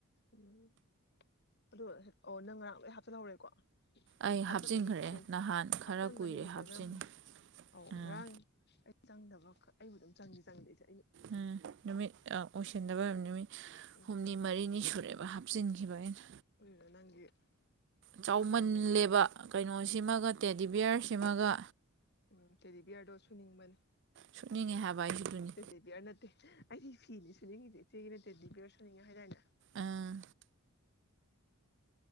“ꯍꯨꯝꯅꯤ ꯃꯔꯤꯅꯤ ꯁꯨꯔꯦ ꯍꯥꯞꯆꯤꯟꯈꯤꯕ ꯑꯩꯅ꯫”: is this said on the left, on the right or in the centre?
Right